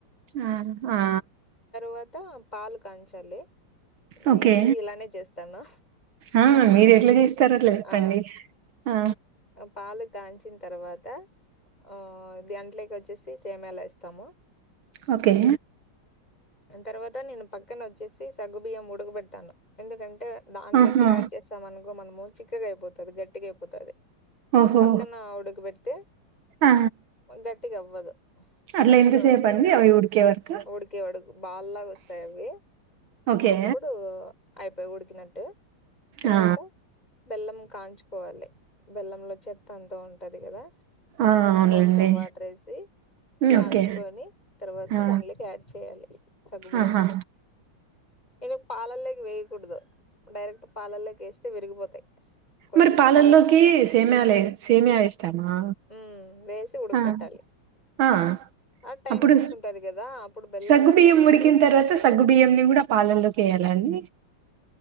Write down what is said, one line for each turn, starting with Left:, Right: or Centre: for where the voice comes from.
Right: ఆ అ
Left: తరువాత పాలు కాంచాలి
Right: ఓకే
Left: నేనైతే ఇలానే చేస్తాను
Right: ఆ మీరు ఎట్లా చేస్తారు అట్లా చెప్పండి
Left: ఆ
Right: ఆ
Left: పాలు కాంచిన తర్వాత ఆ దాంట్లోకి విచ్చేసి సేమ్యాలు వేస్తాము
Right: ఒకే
Left: దాని తర్వాత నేను పక్కన వచ్చేసి సగ్గుబియ్యం ఉడకబెట్టాను ఎందుకంటే దాంట్లోకి
Right: ఆహా
Left: యాడ్ చేస్తాం అనుకో మనము చిక్కగా అయిపోతది గట్టిగా అయిపోతది
Right: ఓహో
Left: పక్కన ఉడుకబెడితే
Right: ఆ
Left: గట్టిగా అవ్వదు
Right: అట్లా
Left: పక్కన
Right: ఎంతసేపు అండి అవి ఉడికే వరకు
Left: ఉడికేవరకు బాల్లాగా వస్తాయి అవి
Right: ఓకే
Left: అప్పుడు అయిపోయి ఉడికినట్టు తర్వాత
Right: ఆ
Left: బెల్లం కాంచుకోవాలి బెల్లంలో చెత్త అంత ఉంటుంది కదా
Right: ఆ అవునులేండి
Left: కొంచెం వాటర్ వేసి కాంచుకొని
Right: ఓకే
Left: తర్వాత
Right: ఆ
Left: దాంట్లోకి యాడ్ చేయాలి సగుబియ్యంలో
Right: ఆహా
Left: నేను పాలల్లోకి వేయకూడదు డైరెక్ట్ పాలల్లోకి వేస్తే విరిగిపోతాయి కొంచెం
Right: మరి పాలల్లోకి
Left: చల్ల
Right: సేమ్యాల్ సేమియా ఎస్తామా.
Left: ఉమ్ వేసి ఉడకబెట్టాలి
Right: ఆ ఆ
Left: ఆ టైం
Right: అప్పుడు
Left: తీసుకుంటది కదా అప్పుడు బెల్లం
Right: సగ్గు
Left: వేసామంటే
Right: బియ్యం ఉడికిన తర్వాత సగ్గు బియ్యం ని కూడా పాలలోకి ఎయాలండి.